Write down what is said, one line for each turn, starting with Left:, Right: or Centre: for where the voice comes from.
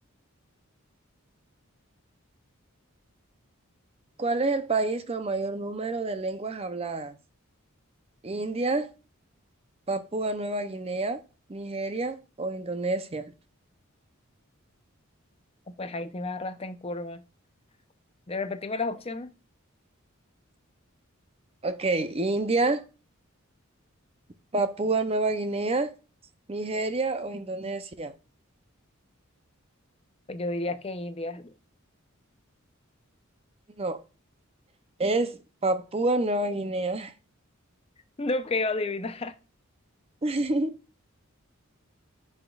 Right: ¿Cuál es el país con mayor número de lenguas habladas? ¿India, Papúa Nueva Guinea, Nigeria o Indonesia?
Left: Pues ahí sí me agarraste en curva. ¿De repetirme las opciones?
Right: Ok, India, Papúa Nueva Guinea, Nigeria o Indonesia.
Left: Pues yo diría que India. <laughs>
Right: No, es Papúa Nueva Guinea.
Left: No creo adivinar.
Right: <laughs>